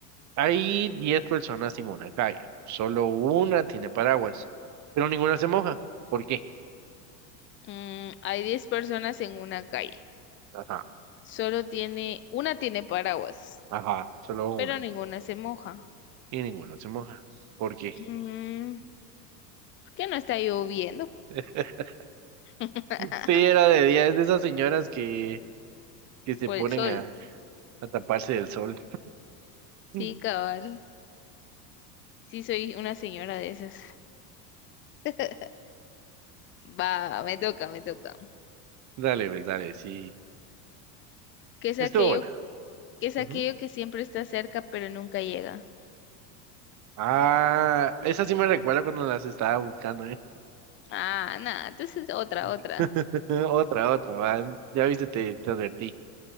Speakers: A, on the right; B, on the left.
A: Hay 10 personas en una calle. Solo una tiene paraguas, pero ninguna se moja. ¿Por qué?
B: Mm, hay 10 personas en una calle.
A: Ajá.
B: Solo tiene, una tiene paraguas,
A: Ajá, solo una.
B: pero ninguna se moja.
A: Y ninguna se moja. ¿Por qué?
B: Mm, ¿por qué no está lloviendo?
A: <laughs>
B: <laughs>
A: Sí, era de día. Es de esas señoras que, que se
B: Por
A: ponen
B: el sol.
A: a, a taparse del sol.
B: Sí,
A: <laughs>
B: cabal. Sí, soy una señora de esas. <laughs> Va, me toca, me toca.
A: Dale, pues, dale, sí.
B: ¿Qué es
A: Estuvo
B: aquello,
A: buena.
B: qué es
A: Ujú.
B: aquello que siempre está cerca pero nunca llega?
A: Ah, esa sí me recuerda cuando las estaba buscando, ¿eh?
B: Ah, nada, entonces otra,
A: <laughs>
B: otra.
A: Otra, otra, va. Ya viste, te, te advertí.